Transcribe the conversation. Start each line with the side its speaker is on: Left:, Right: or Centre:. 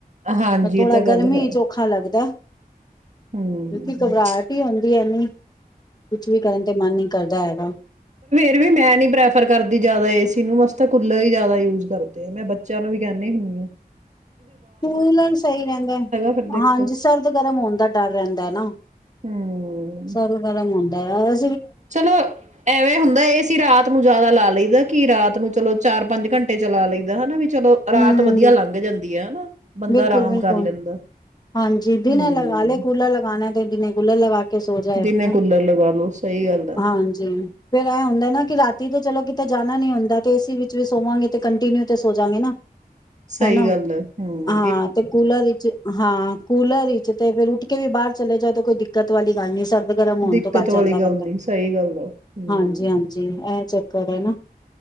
Right: ਆ ਹਾਂਜੀ
Left: ਤੇ ਥੋੜਾ
Right: ਇਹ ਤਾਂ ਗੱਲ
Left: ਗਰਮੀ
Right: ਹੈ
Left: ਚ ਔਖਾ ਲੱਗਦਾ
Right: ਹੂੰ
Left: ਕਿਉਂਕਿ ਘਬਰਾਹਟ ਹੀ ਹੁੰਦੀ ਐਨੀ <unintelligible> ਕੁਛ ਵੀ ਕਰਨ ਤੇ ਮਨ ਨੀ ਕਰਦਾ ਹੈਗਾ
Right: ਫ ਵੀ ਮੈਂ ਨੀ ਪ੍ਰੈਫਰ ਕਰਦੀ ਜ਼ਿਆਦਾ ਏਸੀ ਨੂੰ ਅਸੀ ਤਾਂ ਕੂਲਰ ਹੀ ਜ਼ਿਆਦਾ ਯੂਜ ਕਰਦੇ ਆ ਮੈਂ ਬੱਚਿਆਂ ਨੂੰ ਵੀ ਕਹਿੰਦੀ ਹੁੰਨੀ
Left: ਪੂਲਣ ਸਹੀ ਰਹਿੰਦਾ
Right: ਫਿਰ ਦੇਖੋ
Left: ਹਾਂਜੀ ਸਰਦ ਗਰਮ ਹੋਣ ਦਾ ਡਰ ਰਹਿੰਦਾ ਨਾ
Right: ਹੂੰ
Left: ਸਰਦ ਗਰਮ ਹੁੰਦਾ ਆ
Right: ਚਲੋ ਐਵੇਂ ਹੁੰਦਾ ਏਸੀ ਰਾਤ ਨੂੰ ਜ਼ਿਆਦਾ ਲਾ ਲਈਦਾ ਕਿ ਰਾਤ ਨੂੰ ਚਲੋ ਚਾਰ ਪੰਜ ਘੰਟੇ ਚਲਾ ਲਈਦਾ ਹਨਾ ਵਿੱਚ ਚਲੋ ਰਾਤ
Left: ਹਮ
Right: ਵਧੀਆ ਲੰਘ ਜਾਂਦੀ ਹੈ ਹਨਾ ਬੰਦਾ
Left: ਬਿਲਕੁਲ
Right: ਆਰਾਮ
Left: ਬਿਲਕੁਲ
Right: ਕਰ ਲੈਂਦਾ
Left: ਹਾਂਜੀ ਦਿਨੇ
Right: ਹੂੰ
Left: ਲਗਾ ਲਏ ਕੂਲਰ ਲਗਾਣਾ ਤੇ ਦਿਨੇ ਕੂਲਰ ਲਗਾ ਕੇ ਸੋ ਜਾਏ
Right: ਜਿੰਨੇ
Left: ਹਨਾ
Right: ਕੂਲਰ ਲਗਾ ਲੋ ਸਹੀ ਗੱਲ ਆ
Left: ਹਾਂਜੀ ਫੇਰ ਐਂਏ ਹੁੰਦਾ ਹਨਾ ਕਿ ਰਾਤੀ ਤੇ ਚਲੋ ਕਿਤੇ ਜਾਨਾ ਨੀ ਹੁੰਦਾ ਤੇ ਏਸੀ ਵਿੱਚ ਵੀ ਸੋਵਾਂਗੇ ਤੇ ਕੰਟੀਨਿਊ ਤੇ ਸੋਜਾਂਗੇ ਨਾ
Right: ਸਹੀ
Left: ਹਨਾ
Right: ਗੱਲ ਹੈ ਹਮ
Left: ਹਾਂ ਤੇ ਕੂਲਰ ਵਿੱਚ ਹਾਂ ਕੂਲਰ ਵਿੱਚ ਤੇ ਫਿਰ ਉੱਠ ਕੇ ਵੀ ਬਾਹਰ ਚਲੇ ਜਾਓ ਤਾਂ ਕੋਈ ਦਿੱਕਤ ਵਾਲੀ ਗੱਲ ਨੀ ਗਰਮ ਹੋਣ
Right: ਦਿੱਕਤ
Left: ਤੋਂ ਬਚ
Right: ਵਾਲੀ
Left: ਜਾਂਦਾ
Right: ਗੱਲ
Left: ਬੰਦਾ
Right: ਨੀ ਸਹੀ ਗੱਲ ਆ ਹਮ
Left: ਹਾਂਜੀ ਹਾਂਜੀ ਇਹ ਨਾ